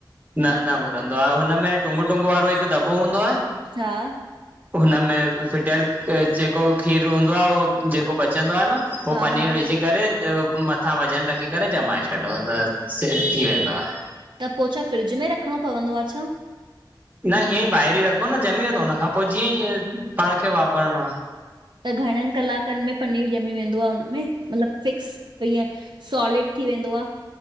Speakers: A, on the right; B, on the right.
A: न न भुरंदो आहे हुनमें टुंगु- टुंगु वारो हिकु दॿो हूंदो आहे
B: हा।
A: हुनमें फिटियल जेको खीर हूंदो आहे होह जेको बचंदो आहे न पो
B: हा
A: पनीर
B: हा
A: विजी करे मथां वज़न रखी करे ॼमाए छॾियो त सेट थी वेंदो आहे।
B: त पोइ छा फ्रिज में रखिणो पवंदो आ छा?
A: न हीअं ई ॿाहिरि ई रखो न ॼमी वेंदो हुन खां पोइ जीअं ई पाण खे वापरणो आहे।
B: त घणनि कलाकनि में पनीर ॼमी वेंदो आहे हुन में? मतलबु फिक्स ईंअं। सॉलिड थी वेंदो आह?